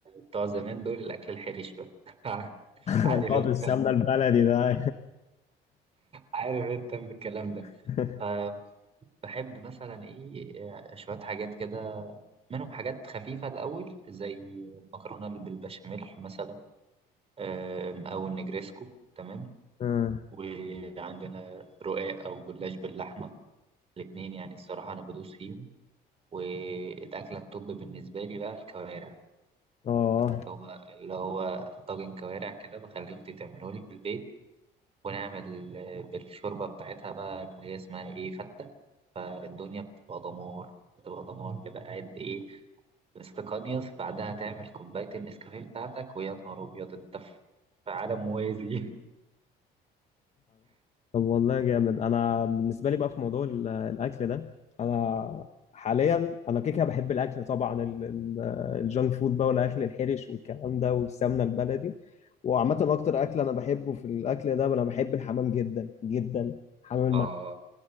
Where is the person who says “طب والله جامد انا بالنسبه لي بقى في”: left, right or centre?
Left